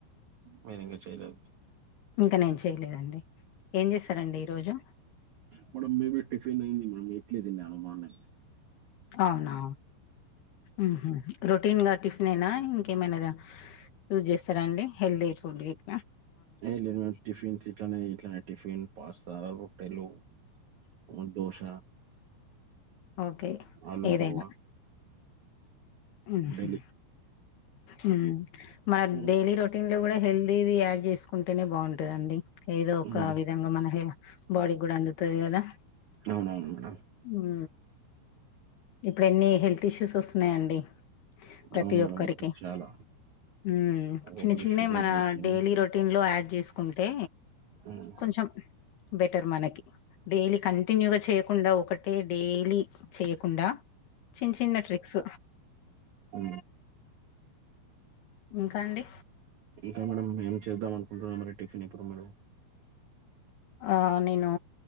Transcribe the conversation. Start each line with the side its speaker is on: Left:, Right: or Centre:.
Right: మీరు ఇంక చేయలేదు
Left: ఇంక నేన్ చేయలేదండి ఏం చేస్తారంండి ఈరోోజు
Right: మేడం మేబి టిఫిన్ అయింది మేడం ఇడ్లీ తిన్నాను బాగున్నాయ్
Left: అవునా ఉహు రొటీన్గ టిఫిన్ అయినా ఇంకేమైన దా యూజ్ చేస్తారా అండి హెల్దీ ఫుడ్ గట్
Right: లేదు లేదు మేడం టిఫిన్ చే ఇట్లనే ఇట్లనే టిఫిన్ పాస్తా రొట్టెలు వన్ దోశ
Left: ఓకే
Right: ఆలు
Left: ఏదైనా
Right: హోవా
Left: ఉహు
Right: డైలీ
Left: ఉమ్ మన
Right: మ్మ్.
Left: డైలీ రొటీన్ లో కూడ హెల్దీది యాడ్ చేసుకుంటేనే బాగుంటదండి ఏదో ఒక
Right: మ్మ్.
Left: విధంగా మన హె బాడీ కూడా అందుతుంది కదా
Right: అవునవును మేడం
Left: ఉ ఉ ఇప్పుడు ఎన్ని హెల్త్ ఇష్యూస్ వస్తున్నాయ్ అండి ప్రతి
Right: అవును మేడం
Left: ఒక్కరికి
Right: ఇప్పుడు చాలా
Left: ఉమ్
Right: ఒక్కొక్కరి
Left: చిన్న చిన్నవి
Right: షుగర్
Left: మన
Right: వచ్చినాయి
Left: డైలీ రో టిన్లో యాడ్ చేసుకుంటే
Right: ఉమ్,
Left: కొంచెం బెటర్ మనకి డైలీ కంటిన్యూగ చేయకుండా ఒకటే డైలీ చేయకు కుండా చిన్న చిన్న ట్రిక్స్
Right: ఉ
Left: ఇంకా అండి
Right: ఇంక మేడం ఏం చేద్దాం అనుకుంటున్నా మరి టిఫిన్ ఇప్పుడు మేడం
Left: ఆ నేను